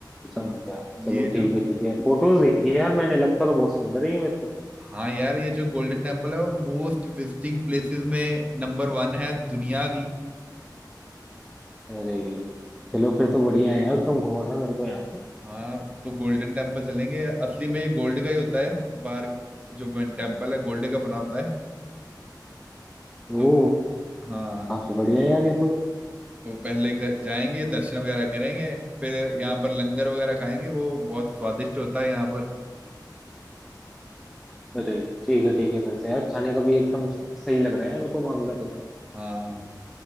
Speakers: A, in the centre; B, on the right.
A: समझा
B: है हाँ
A: चलो
B: ये
A: ठीक
B: जो
A: है ठीक है फोटोज देखी यार मैंने लगता तो बहुत सुंदर ही है मेरे को
B: हाँ यार ये जो गोल्डन टेम्पल है वो मोस्ट विजिटिंग प्लेसेस में नंबर वन है दुनिया की
A: अरे चलो फिर तो बढ़िया है यार तुम घुमाना मेरे को यहाँ पे
B: हाँ तो गोल्डन टेम्पल चलेंगे असली में ये गोल्ड का ही होता है बाहर जो मेन टेम्पल है गोल्ड का बना होता है तो
A: ओ
B: हाँ
A: काफी बढ़िया है यार ये तो
B: तो पहले ग- जाएंगे दर्शन वगैरह करेंगे फिर यहाँ पर लंगर वगैरह खाएंगे वो बहुत स्वादिष्ट होता है यहाँ पर
A: अरे ठीक है ठीक है फिर तो यार खाने का भी एकदम सही लग रहा है यार मेरे को मामला तो
B: हाँ